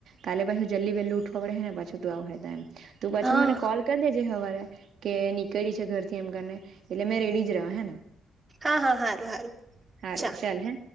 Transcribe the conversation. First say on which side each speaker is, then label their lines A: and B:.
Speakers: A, on the right (about 65°); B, on the right (about 20°).
A: કાલે પાછુ જલ્દી વેલું ઉઠવા પડહેને પાછું તું આવે તો એમ તું પછી
B: હા
A: મને કોલ કરી દેજે હવારે કે નીકળી છે ઘરથી એમ કરીને એટલે મેં રેડી જ રેવા હેને
B: હા હા હારું હારું
A: હારું
B: ચા
A: ચાલ હે